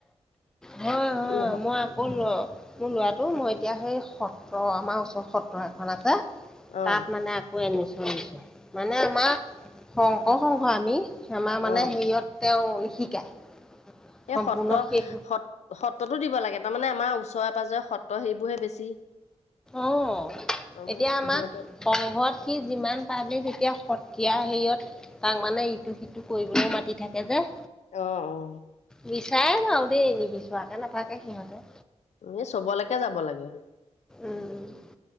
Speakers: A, in the centre; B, on the left (about 80°).
A: হয় হয়
B: <unintelligible>
A: মই আকৌ মোৰ ল'ৰাটো মই এতিয়া সেই সত্ৰ আমাৰ ওচৰৰ সত্ৰ এখন আছে
B: অ
A: তাত মানে আকৌ এডমিছন দিছোঁ। মানে আমাৰ শংকৰ শংস আমি আমাৰ মানে
B: অ
A: হেৰিয়ত তেওঁ শিকায়।
B: এই
A: সম্পূৰ্ণ
B: সত্ৰত
A: শেষ
B: সত-সত্ৰতো দিব লাগে। তাৰমানে আমাৰ ওচৰে পাঁজৰে সত্ৰ সেইবোৰহে বেছি।
A: অ',
B: অ
A: এতিয়া আমাক
B: সিহঁতে
A: সংঘত সি যিমান পাৰিল তেতিয়া সত্ৰীয়া হেৰিয়ত তাক মানে ইটো সিটো কৰিবলৈও মাতি থাকে যে।
B: অ', অ'।
A: বিচাৰে বাও দেই, এ নিবিচোৱাকে নাথাকে সিহঁতে।
B: এনে চবলৈকে যাব লাগে।
A: উম,